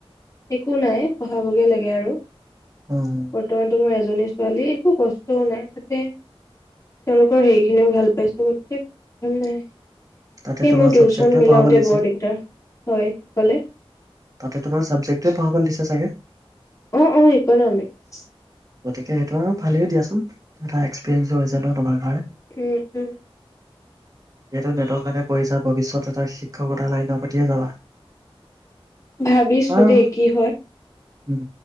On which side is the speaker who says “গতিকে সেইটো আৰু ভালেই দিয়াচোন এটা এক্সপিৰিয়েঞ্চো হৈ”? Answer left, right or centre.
Right